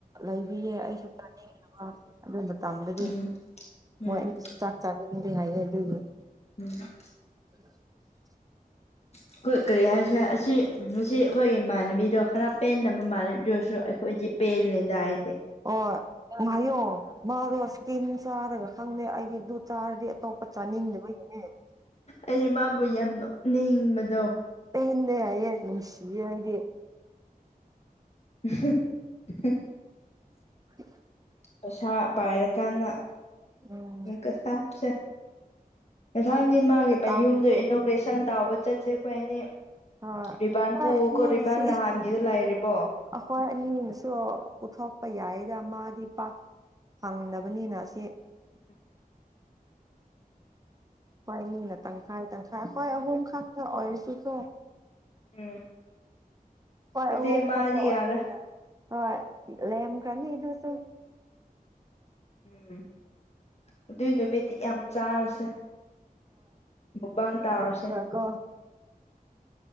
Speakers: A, on the right (about 25°); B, on the left (about 45°).
A: ꯂꯩꯔꯤꯌꯦ ꯑꯩꯁꯨ ꯆꯥꯅꯤꯡꯗꯕ ꯑꯗꯨꯝꯒꯤ ꯇꯝꯗꯗꯤ
B: ꯎꯝ ꯎꯝ
A: ꯃꯣꯏ ꯑꯅꯤꯁꯨ ꯆꯥꯛ ꯆꯥꯅꯤꯡꯗꯦ ꯍꯥꯏꯌꯦ ꯑꯗꯨꯒꯤ
B: ꯎꯝ
A: <unintelligible>
B: ꯑꯩꯈꯣꯏ ꯀꯔꯤ ꯍꯥꯏꯁꯦꯔꯥ ꯑꯁꯤ ꯉꯥꯁꯤ ꯑꯩꯈꯣꯏꯒꯤ ꯏꯃꯥꯟꯅꯕꯤꯗꯣ ꯈꯔꯥ ꯄꯦꯟꯗꯕ ꯃꯥꯜꯂꯦ ꯑꯗꯨ ꯑꯣꯏꯁꯨ ꯑꯩꯈꯣꯏꯗꯤ ꯄꯦꯜꯂꯦꯗ ꯍꯥꯏꯗꯤ
A: ꯑꯣ ꯑꯣꯍꯥꯏꯌꯣ ꯃꯥꯗꯣ ꯏꯁꯀꯤꯟ ꯆꯥꯔꯒ ꯈꯪꯗꯦ ꯑꯩꯗꯤ ꯑꯗꯨ ꯆꯥꯔꯗꯤ ꯑꯇꯣꯞꯄ ꯆꯥꯅꯤꯡꯗꯕꯒꯤꯅꯤ ꯅꯦ ꯫
B: ꯑꯩ ꯃꯥꯕꯨ ꯌꯥꯝ ꯅꯣꯛꯅꯤꯟꯕꯗꯣ
A: ꯑꯩꯅꯥ ꯌꯥꯏꯌꯦ ꯅꯨꯡꯁꯤꯌꯦ ꯍꯥꯏꯗꯤ
B: ꯎ <unintelligible>
A: <unintelligible>
B: ꯄꯩꯁꯥ ꯄꯥꯏꯔꯥ ꯀꯥꯟꯗꯥ
A: ꯎꯝ
B: ꯑꯃꯨꯛꯀꯥ ꯁꯥꯁꯦ꯫ ꯃꯊꯪꯗꯤ
A: ꯆꯥꯛ ꯑꯁ
B: ꯃꯥꯒꯤ
A: ꯃꯇꯥꯝꯗꯤ
B: ꯃꯌꯨꯝꯗꯣ ꯏꯅꯣꯒ꯭ꯔꯦꯁꯟ ꯇꯥꯎꯕ ꯆꯠꯁꯦ ꯑꯩꯈꯣꯏ ꯑꯅꯤ꯫
A: ꯍꯣꯏ
B: ꯔꯤꯕꯥꯥꯟ
A: ꯍꯣꯏ
B: ꯄꯨꯀꯣ
A: ꯑꯅꯤꯅꯁꯤ
B: ꯔꯤꯕꯥꯥꯟ ꯅꯍꯥꯟꯒꯤꯗ ꯂꯩꯔꯤꯕꯣ
A: ꯑꯩꯈꯣꯏ ꯑꯅꯤꯅꯥꯁꯨ ꯄꯨꯊꯣꯛꯄ ꯌꯥꯏꯗ ꯃꯥꯗꯤ ꯄꯥꯛ ꯐꯪꯗꯕ ꯕꯅꯤꯅꯥ ꯑꯁꯤ
B: ꯎꯝ
A: ꯑꯩꯈꯣꯏ ꯑꯅꯤ ꯅꯥ ꯇꯪꯈꯥꯏ ꯇꯪꯈꯥꯏ ꯍꯣꯏ ꯑꯍꯨꯝ ꯈꯛꯇ ꯑꯣꯏꯔꯁꯤꯀꯣ
B: ꯎꯝ꯫
A: ꯍꯣꯏ ꯑꯩꯈꯣꯢ
B: ꯆꯦꯆꯦ
A: ꯑꯍꯨꯝ
B: ꯑꯃꯗꯤ
A: ꯈꯛꯇ
B: ꯌꯥꯔꯦ
A: ꯑꯣꯏꯕꯅꯤꯅ ꯍꯣꯏ ꯂꯦꯝꯀ꯭ꯔꯥꯅꯤ ꯑꯗꯨꯁꯨ꯫
B: ꯎꯝ ꯑꯗꯨꯏ ꯅꯨꯃꯤ ꯃꯤꯠ ꯌꯥꯝ ꯆꯥꯔꯁꯦ ꯃꯨꯛꯕꯥꯥꯡ ꯇꯥꯎꯔꯁꯦ
A: ꯀꯣ